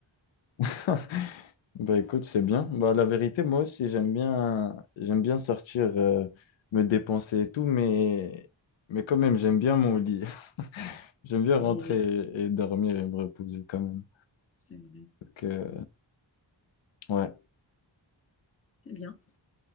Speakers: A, on the left (about 85°); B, on the left (about 30°).
A: <laughs> Bah écoute, c'est bien. Bah la vérité, moi aussi, j'aime bien j'aime bien sortir euh, me dépenser et tout, mais mais quand même, j'aime bien mon lit. <laughs> J'aime bien
B: Oui,
A: rentrer
B: oui,
A: et, et dormir et me reposer quand même.
B: c'est vrai.
A: Donc euh, ouais.
B: C'est bien.